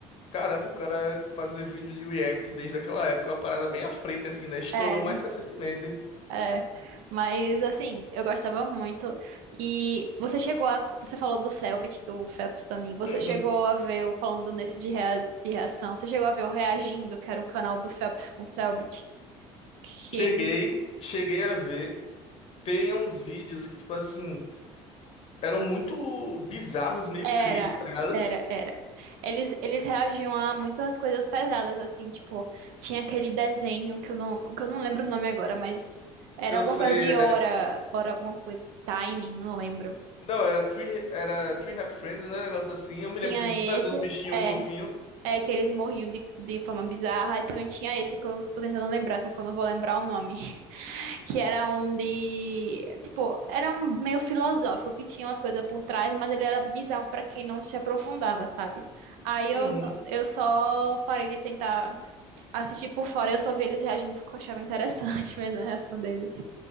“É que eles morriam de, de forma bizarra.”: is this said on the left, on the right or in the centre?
Right